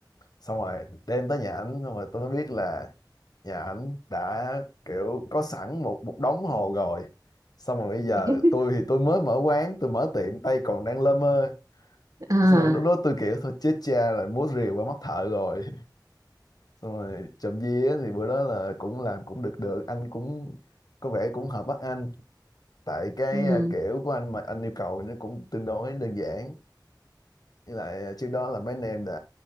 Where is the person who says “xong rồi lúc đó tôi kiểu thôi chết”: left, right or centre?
Left